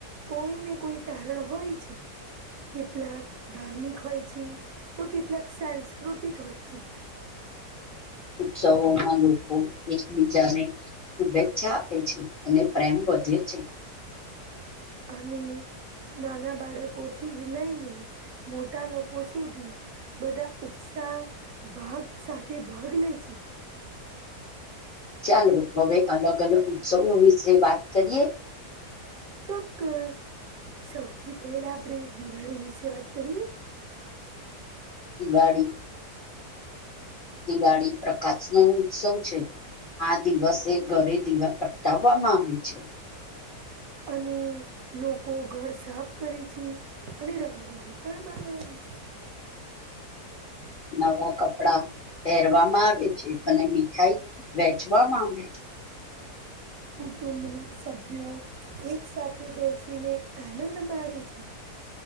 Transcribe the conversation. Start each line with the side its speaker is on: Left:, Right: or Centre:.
Right: કોઈ ને કોઈ કારણ હોય છે. કેટલાક ધાર્મિક હોય છે તો કેટલાક સાંસ્કૃતિક હોય છે.
Left: ઉત્સવોમાં લોકો એકબીજાને શુભેચ્છા આપે છે અને પ્રેમ. વધધી છે.
Right: અને નાના બાળકો થી લઈને મોટા લોકો સુધી. બધા ઉત્સાહ ભાગ સાથે ભાગ લે છે.
Left: ચાલો હવે અલગ અલગ ઉત્સવો વિશે વાત કરીએ.
Right: ચોક્કસ સૌથી પહેલા આપડી દિવાળી વિશે વાત કરીએ.
Left: <inaudible> દિવાળી પ્રકાશ નો ઉત્સવ છે. આ દિવસે ઘરે દીવા પ્રગટાવવામાં આવી છે.
Right: અને લોકો ઘર સાફ કરે છે અને રંગોળી પણ બનાવે છે.
Left: નવા કપડા. પહેરવામાં આવે છે અને મીઠાઈ વેચવામાં આવે.
Right: ઉટું. સભ્યો એક સાથે બેસીને આનંદ માણે છે.